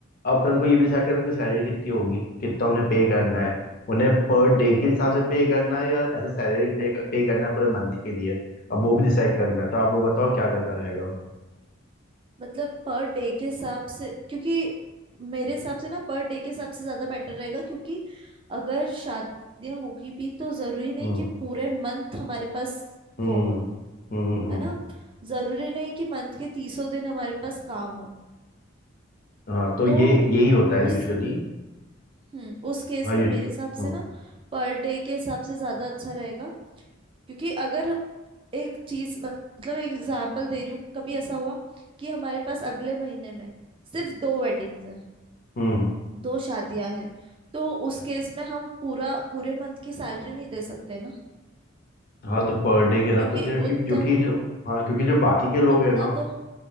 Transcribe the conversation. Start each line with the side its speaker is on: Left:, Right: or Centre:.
Left: अब अपन को ये भी डिसाइड करना है कि सैलरी कितनी होगी कितना उन्हें पे करना है उन्हें पर डे के हिसाब से पे करना है या ऐसा सैलरी पे पे करना है पूरे मंथ के लिए अब वो भी डिसाइड करना है तो आप वो बताओ क्या करना रहेगा
Right: मतलब पर डे के हिसाब से क्योंकि मेरे हिसाब से ना पर डे के हिसाब से ज्यादा बेटर रहेगा क्योंकि अगर शादियां होगी भी तो जरूरी नहीं
Left: हम्म
Right: कि पूरे मंथ हमारे पास
Left: हम्म
Right: वो हो
Left: हम्म हम्म
Right: है
Left: हम्म।
Right: ना जरूरी नहीं कि मंथ के तीसों दिन हमारे पास काम हो
Left: हाँ तो
Right: तो
Left: ये यही होता है
Right: उस
Left: यूजुअली
Right: हम्म उस केस
Left: हाँ
Right: में
Left: यू
Right: मेरे हिसाब
Left: हम्म
Right: से ना पर डे के हिसाब से ज्यादा अच्छा रहेगा क्योंकि अगर एक चीज मतलब एक एग्जांपल दे रही हूँ कभी ऐसा हुआ कि हमारे पास अगले महीने में सिर्फ दो वेडिंग्स हैं
Left: हम्म
Right: दो शादियां हैं तो उस केस में हम पूरा पूरे मंथ की सैलरी नहीं दे सकते ना
Left: हाँ तो पर डे के हिसाब
Right: क्योंकि
Left: से चाहिए
Right: उतना
Left: कि जो कि जो हाँ क्योंकि जो बाकी के लोग
Right: उतना
Left: हैं ना
Right: तो